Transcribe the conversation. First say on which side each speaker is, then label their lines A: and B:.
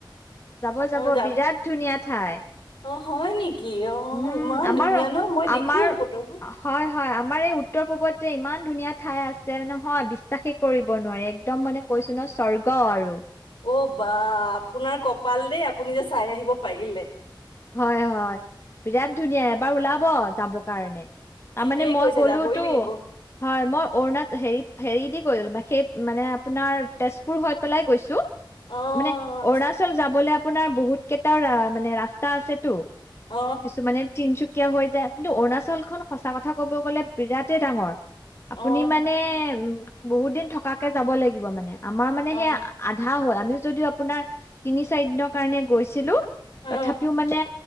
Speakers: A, on the left (about 30°); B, on the left (about 80°).
A: যাব যাব
B: অ যাম
A: বিৰাট ধুনীয়া ঠাই
B: অ হয় নেকি অ
A: উম
B: ইমান
A: আমাৰ
B: ধুনীয়া ন মই
A: আমাৰ
B: দেখো ফটোবোৰ
A: হয় হয় আমাৰ এই উত্তৰ পূ্বত যে ইমান ধুনীয়া ঠাই আছে মানে হয় বিচাখ এই কৰিব নোৱাৰে এক একদম মে কৈছো ন স্বগ ক আৰু
B: অ বা আপোনাৰ কপাল দেই আপুনি যে চাই আহিব পাৰিলে
A: হয় হয় বিৰাট ধুনীয়া এবাৰ ওলাব যাব কাৰণে তাৰ
B: ঠিকেই
A: মানে মই
B: কৈছে
A: গ'লোতো
B: যাবই লাগিব
A: হয় মই অৰুণাচল হেৰি হেৰি দি সেই মানে আপোনাৰ তেজপুৰ হৈ পেলাই গৈছো
B: অ
A: মানে
B: আচ্ছা।
A: অৰুণাচল যাবলে আপোনাৰ বহুত কেইটাও মানে ৰা তা আছেতো
B: অ
A: কিছুমানে তিনচুকীয়া হৈ কিন্তু অৰুণাচল খ সঁচা কথা কব গ'লে বিৰাটেই ডাঙৰ
B: অ
A: আপুনি মানে উ বহুত দিন থকাকে যাব লাগিব মানে আমাৰ মানে
B: অ
A: সেইয়া আধা হ'ল আমি যদি আপোনাৰ তিনি চাৰি দিনৰ কাৰণে গৈছিলো
B: অ
A: তথাপি কিছু মানে